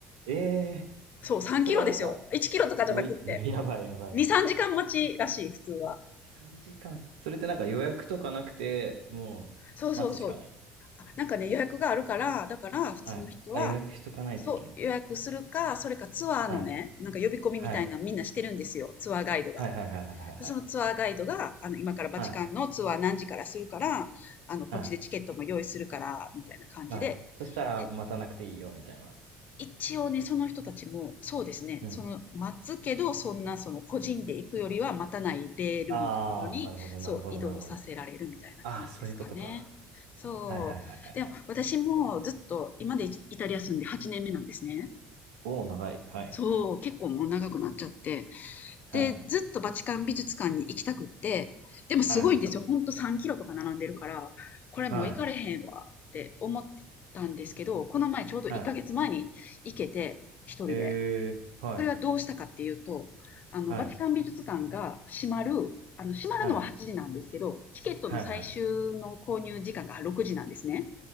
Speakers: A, on the right; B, on the left.
A: ー、ええ
B: う。そう、3キロですよ。
A: それはなんか、
B: 1キロとかじゃなくって。
A: よい、<laughs> やばいやばい。
B: 2、3時間待ちらしい、普通は。
A: 3時間。それってなんか予約とかなくて、もう待つしかない。
B: そうそうそう。あ、なんかね、予約があるから、
A: はい。
B: だから普通の人は、
A: はいあ、予約しとかないといけない。
B: そう、予約するか、それかツアーのね、
A: はい。
B: なんか呼び込みみたいなのみんなしてるんですよ、
A: はい。
B: ツアーガイドが。
A: はいはいはいはいはいはい。
B: で、そのツアーガイドが、あの、今からバチカンのツアー何時からするから、
A: はい。
B: あの、こっちでチケットも用意するから、
A: は
B: みたいな感じで。
A: い。はいそしたら待たなくていいよみたいな。
B: で、一応ね、その人たちも、そうですね、
A: うん。
B: その、待つけど、そんな、その、個人で行くよりは待たないレールのところに、
A: ああ、なるほどなるほどなるほど。
B: そう、移動させられるみたいな感じですかね。
A: ああ、そういうことか。
B: そう。
A: はいはいはいはいはい。
B: でも、私もずっと、今までイタリア住んで8年目なんですね。
A: おお、長い。はい。
B: そう、結構もう長くなっちゃって。
A: はい。
B: で、ずっとバチカン美術館に行きたくって、でもすごいんですよ。
A: はい。
B: ほんと3キロとか並んでるから、これもう行かれへんわって思ったんですけど、
A: はい。
B: この前ちょうど1ヶ月前に行けて、
A: はい。
B: 一人で。
A: えー、はい。
B: それはどうしたかっていうと、あの、
A: はい。
B: バチカン美術館が閉まる、あの、閉まるのは8時なんですけど、
A: はい。
B: チケットの最終の購入時間が6時なんですね。
A: はい。はい。